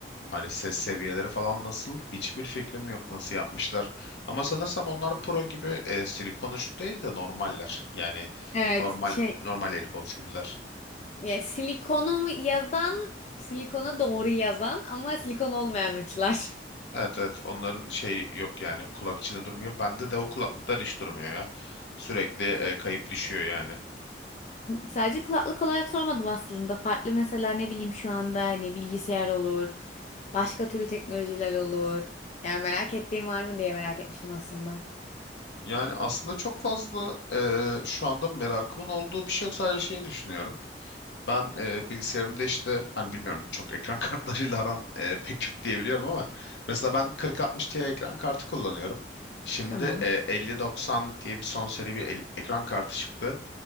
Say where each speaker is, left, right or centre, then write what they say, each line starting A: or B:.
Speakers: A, on the left (about 75°); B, on the left (about 40°).
A: Hani ses seviyeleri falan nasıl? Hiçbir fikrim yok nasıl yapmışlar. Ama sanırsam onlar Pro gibi e, silikon uçlu değil de normaller. Yani
B: Evet,
A: normal
B: şey
A: normal AirPods gibiler.
B: Yani silikonu yazan, silikona doğru yazan ama silikon olmayan uçlar.
A: Evet evet onların şey yok yani kulak içinde durmuyor. Bende de o kulaklıklar hiç durmuyor ya. Sürekli e, kayıp düşüyor yani.
B: Sadece kulaklık olarak sormadım aslında. Farklı mesela ne bileyim şu anda hani bilgisayar olur, başka türlü teknolojiler olur. Yani merak ettiğim var mı diye merak etmiştim aslında.
A: Yani aslında çok fazla e, şu anda merakımın olduğu bir şey yok. Sadece şeyi düşünüyorum. Ben e, bilgisayarımda işte hani bilmiyorum çok ekran <laughs> kartlarıyla aran e, pek yok diyebiliyorum ama mesela ben 4060 Ti ekran kartı kullanıyorum. Şimdi
B: Tamam.
A: e, 5090 diye bir son seri bir el- ekran kartı çıktı.